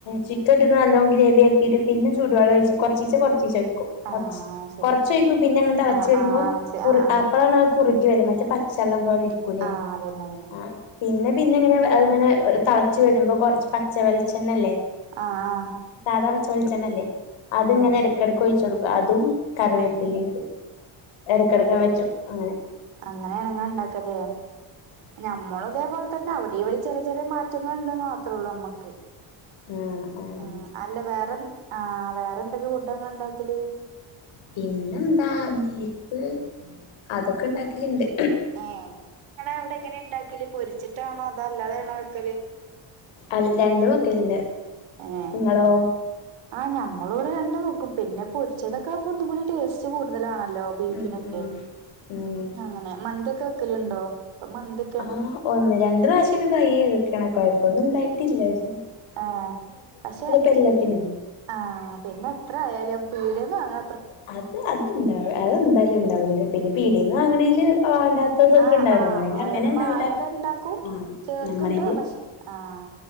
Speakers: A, on the left; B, on the right.
A: ചിക്കൻ ഇട്ടിട്ട് നല്ലോം ഗ്രേവി ആക്കിട്ട് പിന്നെ ചൂടു വെള്ളം ഒഴിച്ച് കൊറച്ചീചെ കൊറച്ചീച്ചെ ഒയ്ക്കും കൊറച്
B: ആഹ് ശരി
A: കൊറച്ച് ഒയിക്കും പിന്നെങ്ങ് തെളച്ചു
B: ആഹ്
A: വരുമ്പോ
B: ആഹ് മനസ്സിലായി
A: കുറ്
B: ആഹ് ആഹ്
A: അപ്പളാണ് കുറുകി വര മറ്റേ പച്ചവെള്ളം പോലെ ഇരിക്കൂലെ
B: ആഹ് അതന്നെ അതന്നെ
A: ആഹ്‌ പിന്നെ പിന്നെങ്ങനെ അത്‌ ഇങ്ങനെ തെളച്ചു വരുമ്പോ കുറച്ച് പച്ച വെളിച്ചെണ്ണ ഇല്ലേ
B: ആഹ ആഹ
A: സാധാ പച്ചവെളിച്ചെണ്ണല്ലേ അത് ഇങ്ങനെ
B: മനസ്സിലായി
A: ഇടക്കിടക്ക് ഒഴിച്ചു ട്ക്കും അതും കറിവേപ്പിലേം
B: ആഹ്
A: ഇടും ഇടക്ക് ഇടക്ക് വെച്ചൊട്ക്കും
B: അങ്ങനെ ആണ് ഇങ്ങൾ ഇണ്ടാക്ക ലെ നമ്മളും ഇതേപോലെ തന്നെ അവിടേം ഇവിടേം ചെറിയ ചെറിയ മാറ്റങ്ങൾ ഉണ്ടന്ന് മാത്രേ ഉള്ളൂ നമ്മുക്ക്
A: ആഹ ആഹ്‌
B: ആഹ് അല്ല വേറെ ആഹ്‌ വേറെന്തൊക്കെ ഫുഡാ ഇങ്ങള് ഇണ്ടാക്കല്
A: പിന്നെ എന്താ ബീഫ് അതൊക്കെ ഇണ്ടാക്കില്ണ്ട്
B: ഏഹ്‌ ബീഫ് ഇങ്ങളെ അവിടെ എങ്ങനെ ഇണ്ടാക്കല് പൊരിച്ചിട്ടാണോ അതോ അല്ലാതാണോ വെക്കല്
A: അത് രണ്ടും വെക്കല്ണ്ട്
B: ഏഹ്
A: ഇങ്ങളോ
B: ആഹ് ഞമ്മളും ഇവിടെ രണ്ടും വെക്കും പിന്നെ പൊരിച്ചതൊക്കെ ആവുമ്പോ ഒന്ന് കൂടി ടേസ്റ്റ് കൂടുതലാണല്ലോ ല്ലോ ബീഫിനൊക്കെ
A: ഉം ഉം ഉം
B: അങ്ങനെ മന്തി ഒക്കെ വെക്കലുണ്ടോ ഇപ്പൊ മന്തി
A: ആഹ ഒന്ന് രണ്ട് പ്രാവശ്യൊക്കെ ട്രൈ ചെയ്ക്ക്ണ് കൊഴപ്പൊന്നും ഇണ്ടായിട്ടില്ല പക്ഷെ
B: ആഹ പക്ഷെ
A: എല്ലത്തിനും
B: ആഹ പിന്നെ എത്ര ആയാലും പീട്യെന്ന് വാങ്ങ
A: അത് അത് ഇണ്ടാവ് അതെന്തായാലും ഇണ്ടാവില്ല പിന്നെ പീടീന്ന് വാങ്ങ്ണേല് വേണ്ടാ തൊക്കെ
B: ആഹ്
A: ഉണ്ടാവില്ലെ
B: ആഹ്
A: നമ്മളെതില്
B: ഓരോരോ
A: അങ്ങനെ ഇണ്ടാവുല
B: മായൊക്കെ ഇണ്ടാക്കും
A: ആഹ
B: ചേർക്ക്ണ്ട്
A: ഞമ്മളെല്
B: പക്ഷെ ആഹ്